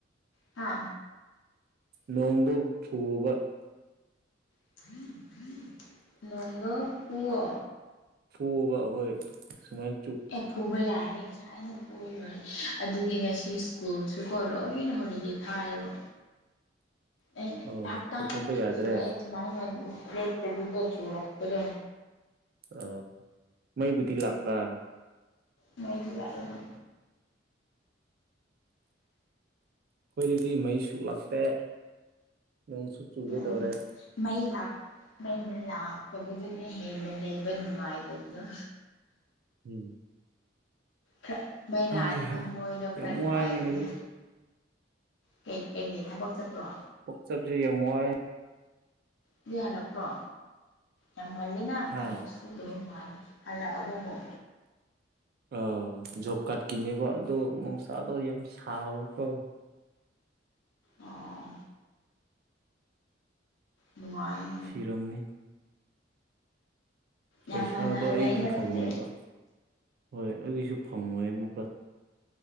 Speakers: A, on the left; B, on the right.
A: ꯍꯥ
B: ꯅꯣꯡꯗꯣ ꯐꯨꯋꯣꯕ
A: <inaudible> ꯅꯣꯡꯗꯣ ꯐꯨꯋꯣ
B: ꯐꯨꯋꯣꯕ ꯍꯣꯏ ꯁꯨꯃꯥꯏ
A: ꯑꯦ ꯐꯨꯕ ꯌꯥꯔꯗꯤ ꯉꯁ ꯁꯥꯏꯅ ꯐꯨꯔ ꯂꯣꯏꯔꯦ ꯑꯗꯨꯒꯤ ꯉꯁꯤ ꯁ꯭ꯀꯨꯜꯁꯨꯀꯣ ꯂꯣꯏꯅ ꯍꯣꯂꯤꯗꯦ ꯊꯥꯏꯌꯦꯕ ꯑꯩꯅ
B: ꯑꯣ
A: ꯍꯞꯇꯥ
B: ꯆꯠꯊꯣꯛꯄ
A: ꯑꯃ
B: ꯌꯥꯗ꯭ꯔꯦ
A: ꯁꯨꯖꯤꯜꯂꯛꯑꯦ ꯁꯨꯃꯥꯏꯅ ꯂꯦꯞꯇꯕꯤꯗ ꯆꯨꯔꯛꯄꯗꯣ
B: ꯑꯣ ꯃꯩꯕꯨꯗꯤ ꯂꯥꯛꯄ꯭ꯔꯥ
A: ꯃꯩꯗꯤ ꯂꯥꯛꯑꯦ ꯑꯗꯨꯝ
B: ꯑꯈꯣꯏꯗꯗꯤ ꯃꯩꯁꯨ ꯂꯥꯛꯇꯦ ꯅꯣꯡꯁꯨ ꯆꯨꯒꯦ
A: ꯎꯝ
B: ꯇꯧꯔꯦ
A: ꯃꯩ ꯂꯛ ꯃꯩꯅ ꯂꯥꯛꯇꯕꯗꯨꯅ ꯍꯦꯟꯅ ꯂꯩꯕ ꯅꯨꯡꯉꯥꯏꯇꯕꯗꯣ
B: ꯎꯝ
A: ꯈꯔ ꯃꯩ
B: ꯍꯩꯍꯥ
A: ꯂꯥꯑꯗꯤ ꯊꯝꯃꯣꯏꯗꯣ ꯈꯔ
B: ꯌꯥꯝ ꯋꯥꯏꯅꯦ
A: ꯅꯨꯡꯉꯥꯏꯕꯅꯦ
B: ꯉꯁꯤꯁꯦ
A: ꯀꯩ ꯀꯩꯀꯩ ꯊꯕꯛ ꯆꯠꯄ꯭ꯔꯣ
B: ꯆꯠꯈ꯭ꯔꯦ ꯌꯥꯝ ꯋꯥꯏ
A: ꯑꯗꯨꯗꯤ ꯍꯜꯂꯛꯄ꯭ꯔꯣ ꯌꯥꯝ ꯉꯜꯂꯦꯅ
B: ꯍꯥ
A: ꯊꯕꯛ ꯁ ꯎꯗ ꯃꯥꯜꯂꯦ ꯍꯜꯂꯛꯑꯕꯣ ꯑꯃꯨ
B: ꯑ ꯖꯣꯕ ꯀꯥꯔꯗꯀꯤꯅꯦꯕ ꯑꯗꯣ ꯃꯣꯡꯁꯥꯗꯣ ꯌꯥꯝ ꯁꯕꯀꯣ
A: ꯑꯣ ꯅꯨꯡꯉꯥꯏ
B: ꯁꯤꯔꯝꯅꯤ ꯄꯩꯁꯥꯗꯣ
A: ꯌꯥꯝ ꯉꯟꯅ ꯍꯜꯂꯛꯑꯦꯅ
B: ꯑꯩꯒꯤ ꯐꯪꯉꯣꯏꯕ
A: ꯑꯗꯨꯗꯤ
B: ꯍꯣꯏ ꯑꯗꯨꯒꯤꯁꯨ ꯐꯪꯉꯣꯏ ꯑꯃꯨꯛꯀ